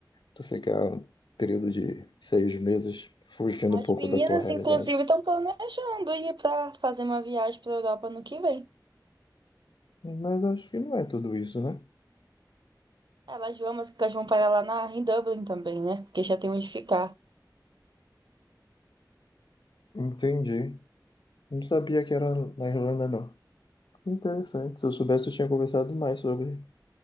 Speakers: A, on the left; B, on the right.
A: Tu ficar um período de seis meses fugindo um
B: As
A: pouco
B: meninas,
A: da tua realidade.
B: inclusive, estão planejando ir para fazer uma viagem para a Europa no que vem.
A: Mas acho que não é tudo isso, né?
B: Elas vão, mas elas vão parar lá na, em Dublin também, né? Porque já tem onde ficar.
A: Entendi. Não sabia que era na Irlanda, não. Interessante. Se eu soubesse, eu tinha conversado mais sobre.